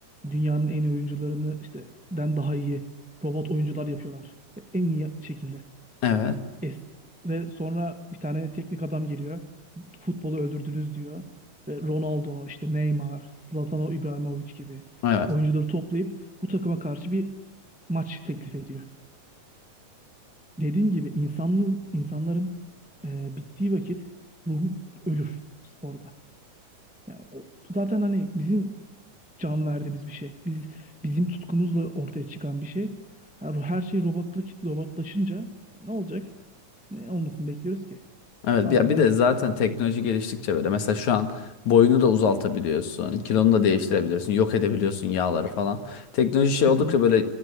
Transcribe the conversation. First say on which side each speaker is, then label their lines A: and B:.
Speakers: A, in the centre; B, on the left.
A: dünyanın en iyi oyuncularını işte den daha iyi robot oyuncular yapıyorlar ve en iyi şekilde.
B: Evet.
A: Es ve sonra bir tane teknik adam geliyor. Futbolu öldürdünüz diyor ve Ronaldo, işte Neymar, Zlatan İbrahimovic gibi
B: Evet.
A: oyuncuları toplayıp bu takıma karşı bir maç teklif ediyor. Dediğin gibi insanlığın insanların e, bittiği vakit ruhu ölür sporda. Ya o, zaten hani bizim can verdiğimiz bir şey. Biz bizim tutkumuzla ortaya çıkan bir şey. Her, her şey robotla, robotlaşınca ne olacak? Ne olmasını bekliyoruz ki?
B: Evet.
A: Tamamen
B: Ya bir de
A: bitecek.
B: zaten teknoloji geliştikçe böyle mesela şu an boyunu da uzaltabiliyorsun, kilonu da değiştirebiliyorsun, yok edebiliyorsun yağları falan. Teknoloji şey oldukça
A: Hı hı.
B: böyle